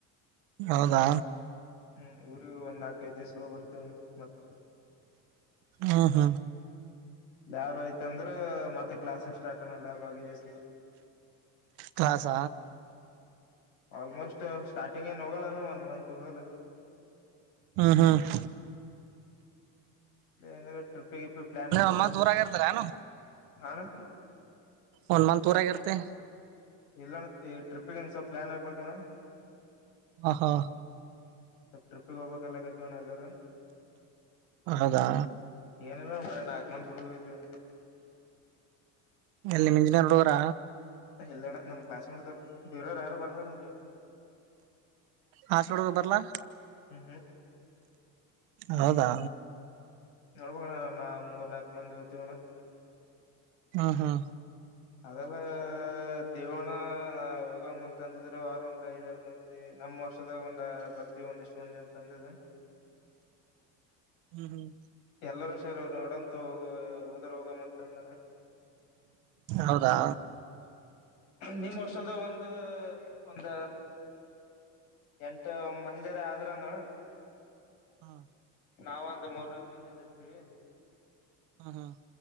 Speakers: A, on the right; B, on the left.
A: ಹೌದಾ
B: ಹ್ಮ್ ಊರಿ ಒಂದ್ ನಾಲ್ಕದು ದಿವ್ಸ ಹೋಗ ಬರ್ತೇವಣ ಮತ್ತತ್
A: ಹಾ ಹಾ
B: ಲ್ಯಾಬ್ ಐ್ತಂದ್ರ ಮತ್ತೆ ಕ್ಲಾಸ್ ಸ್ಟಾರ್ಟ್ ಅಣ್ಣ ಲ್ಯಾಬ್ ಆಗಿದ ಸ್ ನೀ
A: ಪಾಸ್ಹ್
B: ಆಲ್ಮೋಸ್ಟ್ ಸ್ಟಾರ್ಟಿಂಗ್ ಏನ್ ಹೋಗಲ್ಲಾನ ಒಂದ ಮಂತ್ ಹೋಗಲ್ಲ
A: ಹ್ಮ ಹ್ಮ್
B: ಇನ ಟ್ರಿಪ್ಪಿಗೆ ಪ್ಲಾನ್ ಹಾಕ್ಬೇಕ
A: ನೀವ್ ಒಂದ್
B: ಅಣ್ಣ
A: ಮಂತ್ ಊರಾಗ ಇರ್ತಾರ ಏನು
B: ಹಣ್ಣ
A: ಒನ್ ಮಂತ್ ಊರಾಗ ಇರತ್ತಿ
B: ಇಲ್ಲಣ್ಣ ಈ ಟ್ರಿಪ್ಪಿಗೆ ಹಂಗ್ಸ ಪ್ಲಾನ್ ಆಗ್ಬೇಕಣ್ಣ
A: ಹಾ ಹಾ
B: ಸಲ್ ಟ್ರಿಪ್ಪಿಗೆ ಹೋಗಬೇಕಕ್ಲ್ಲ ಕತಿವಣ ಎಲ್ಲರ
A: ಹೌದಾ
B: ಏನಿಲ್ಲ ಬಾರೆ ಒಂದ್ ನಾಕ್ ಮಂದಿ ಹುಡುಗುರ್ ಇದೀವಿಣ್ಣ
A: ಎಲ್ಲಿ ನಿಮ್ಮ್ ಇಂಜಿನಿಯರ್ ಹಡುಗುರ
B: ಇಲ್ಲಣ್ಣ ನಮ್ ಕ್ಲಾಸ್ ಮೆಟ್ವರು ಬೇವರವರು ಯಾರು ಬರ್ಲಣ್ಣ
A: ಹಾಸ್ಪಟ್ ಬರ್ಲಾ
B: ಹ್ಮ್
A: ಹೌದಾ
B: ನೋಡ್ಬಣ್ಣ ನ ಮೂರ್ ನಾಲ್ಕ್ ಮಂದಿ ಒಯ್ತಿವಿನ್ನ
A: ಹಾ ಹಾ
B: ಅದೆಲ್ಲ ದೇವಣ್ಣ ಹೋಗಮ್ಮಂತ ಅಂದಿದ್ರು ಆರ ಒಂದ್ ಐದಾರು ಮಂದಿ ನಮ್ಮ್ ವರ್ಷದಾಗ ಒಂದ್ ಬರ್ತೀವಿ ಅಂದಿದ್ರು ಇಷ್ಟು ಮಂದಿ ಅಂತ ಅಂದ್ರಿದೆ
A: ಹ್ಮ್ ಹ್ಮ್
B: ಎಲ್ಲರೂ ಸರ್ ನೋಡಂತ ಹೋಗ ಹೋದರು ಹೋಗಮ್ಮಂತ ಅಂದಣ
A: ಹೌದಾ
B: ನಿಮ್ ಹಾಸ್ಟೆಲ್ ಒಂದು ಒಂದ ಎಂಟ ಮಂದಿರ ಆದ್ರನು
A: ಹಾ
B: ನಾವ ಒಂದು ಮೂರ್ನಾಕ ಮಂದಿ ಇದ್ದಿ ಇರ್ತೀವಿ
A: ಹಾ ಹಾ